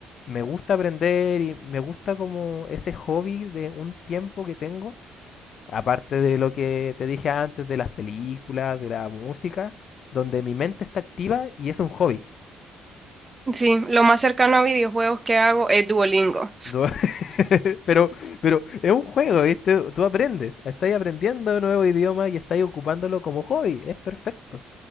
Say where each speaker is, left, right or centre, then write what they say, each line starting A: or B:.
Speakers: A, on the left (about 60°); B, on the right (about 25°).
A: Me gusta aprender y me gusta como ese hobby de un tiempo que tengo, aparte de lo que te dije antes de las películas, de la música, donde mi mente está activa y es un hobby.
B: Sí, lo más cercano a videojuegos que hago es Duolingo.
A: Do- <laughs> Pero, pero es un juego, ¿viste? Tú aprendes, estás aprendiendo un nuevo idioma y estás ocupándolo como hobby, es perfecto.